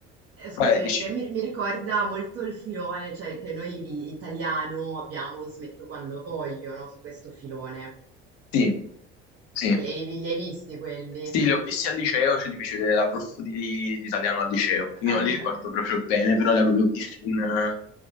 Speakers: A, on the right; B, on the left.
A: Eh, Scusami,
B: Vai, dici.
A: che mi, mi ricorda molto il filone, cioè che noi di italiano abbiamo smetto quando voglio, no? Su questo filone.
B: Sì, sì.
A: Che li, li hai visti quelli?
B: Sì, li ho visti al liceo, ce li fece vedere la prof di, di italiano al liceo.
A: <laughs>
B: Quindi non li ricordo proprio bene, però li, avevo- li ho visti in, eh,